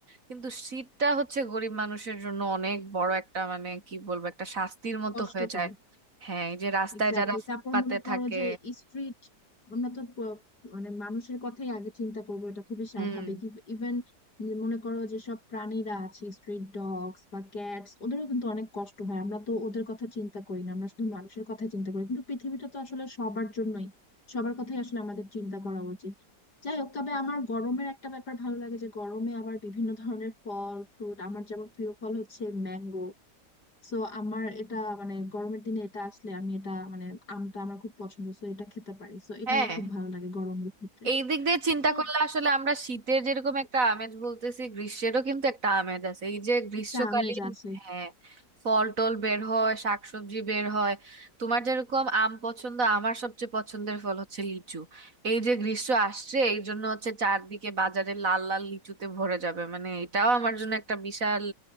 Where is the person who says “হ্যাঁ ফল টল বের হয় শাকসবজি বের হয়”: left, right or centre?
Right